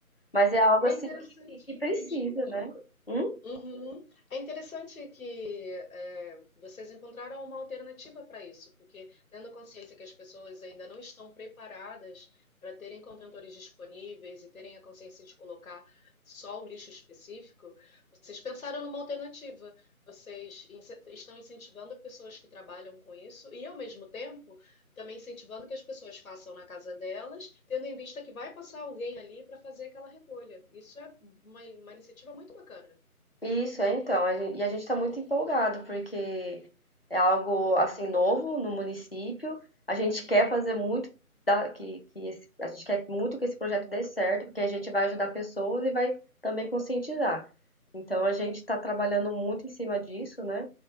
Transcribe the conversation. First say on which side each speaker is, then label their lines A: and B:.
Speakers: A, on the left (about 45°); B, on the left (about 65°).
A: mas é algo
B: É
A: assim
B: interessante.
A: que, que precisa,
B: Desculpa.
A: né? Hum?
B: Uhum. É interessante que é, vocês encontraram uma alternativa para isso, porque tendo consciência que as pessoas ainda não estão preparadas para terem contentores disponíveis e terem a consciência de colocar só o lixo específico, vocês pensaram numa alternativa. Vocês ince- estão incentivando pessoas que trabalham com isso e, ao mesmo tempo, também incentivando que as pessoas façam na casa delas, tendo em vista que vai passar alguém ali para fazer aquela recolha. Isso é uma uma iniciativa muito bacana.
A: Isso, é então. a gen- e a gente está muito empolgado, porque é algo assim novo no município. A gente quer fazer muito da- que, que esse- a gente quer muito que esse projeto dê certo, porque a gente vai ajudar pessoas e vai também conscientizar. Então a gente está trabalhando muito em cima disso, né?